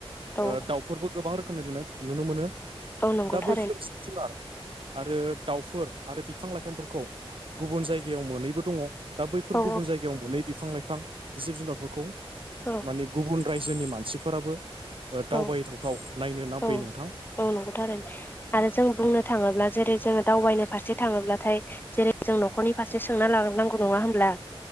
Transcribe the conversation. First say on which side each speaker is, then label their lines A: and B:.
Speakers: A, on the left; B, on the right.
A: औ
B: ओ दाउफोरबो गोबां रोखोमनि नु नुनो मोनो।
A: औ नंगौ
B: दा
A: था-
B: बैफोर जिब-जुनार आरो दाउफोर आरो बिफां-लाइफांफोरखौ गुबुन जायगायाव मोनैबो दङ दा बैफोर
A: औ
B: गुबुन जायगायाव मोनै बिफां-लाइफां जिब-जुनारफोरखौ
A: औ
B: माने गुबुन रायजोनि मानसिफोराबो दावबायथावथाव
A: औ
B: नायनो होननानै
A: औ
B: फैयो नोंथां।
A: औ नंगौ थारैनो। आरो जों
B: औ
A: बुंनो थाङोब्ला जेरै जोङो दावबायनो फारसे थाङोब्लाथाय जेरै जों न'खरनि फारसे सोंना लनांगौ नङा होमब्ला।